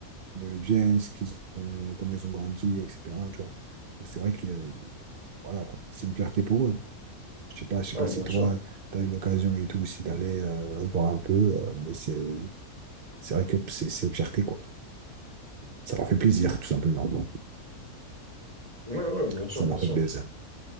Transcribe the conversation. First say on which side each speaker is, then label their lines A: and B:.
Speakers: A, on the right; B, on the right.
A: de les gens, ce qu'ils ont- comment ils ont grandi, etc. Tu vois. Donc, C'est vrai que, euh, voilà, quoi. C'est une fierté pour eux. Je sais pas, je
B: Ouais,
A: sais pas
B: bien
A: si
B: sûr.
A: toi, tu as eu l'occasion et tout, si tu allais voir un peu, euh, mais c'est c'est vrai que c'est c'est une fierté, quoi. Ça leur fait plaisir, tout simplement. non
B: Ouais, ouais, bien sûr,
A: Ça
B: bien
A: leur
B: sûr.
A: fait plaisir.